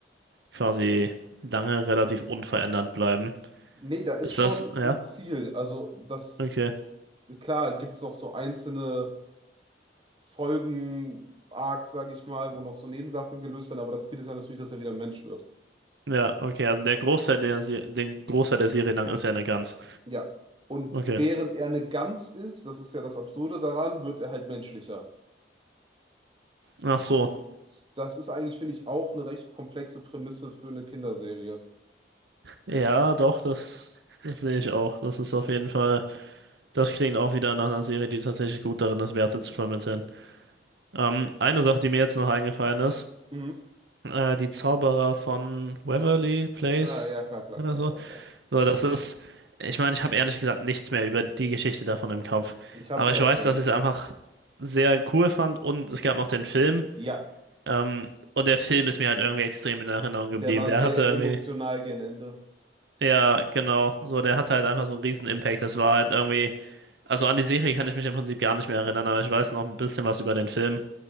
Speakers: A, on the right; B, on the right.
A: quasi lange relativ unverändert bleiben.
B: Nee, da ist
A: Ist
B: schon
A: das, ja,
B: ein Ziel. Also, das,
A: okay.
B: klar, gibt es noch so einzelne Folgen-Arcs, sage ich mal, wo noch so Nebensachen gelöst werden, aber das Ziel ist ja natürlich, dass er wieder ein Mensch wird.
A: Ja, okay, also der Großteil der, Se- den Großteil der Serie lang ist ja eine Gans.
B: Ja. Und
A: Okay.
B: während er eine Gans ist, das ist ja das Absurde daran, wird er halt menschlicher.
A: Ach
B: Und
A: so.
B: das ist eigentlich, finde ich, auch eine recht komplexe Prämisse für eine Kinderserie.
A: Ja, doch, das, das sehe ich auch. Das ist auf jeden Fall, das klingt auch wieder nach einer Serie, die tatsächlich gut darin ist, Werte zu vermitteln. Ähm, eine Sache, die mir jetzt noch eingefallen ist,
B: Mhm.
A: äh, die Zauberer von Waverly Place
B: Ah, ja, klar, klar,
A: oder
B: klar,
A: so.
B: klar, klar.
A: So, das ist, ich meine, ich habe ehrlich gesagt nichts mehr über die Geschichte davon im Kopf.
B: Ich habe
A: Aber
B: die
A: ich
B: auch
A: weiß,
B: gern
A: dass
B: geguckt.
A: ich es einfach sehr cool fand und es gab noch den Film.
B: Ja,
A: Ähm, und der Film ist mir halt irgendwie extrem in Erinnerung
B: der
A: geblieben.
B: war
A: Der
B: sehr
A: hatte irgendwie,
B: emotional gegen Ende.
A: ja, genau, so, der hatte halt einfach so einen riesen Impact. Das war halt irgendwie. Also an die Serie kann ich mich im Prinzip gar nicht mehr erinnern, aber ich weiß noch ein bisschen was über den Film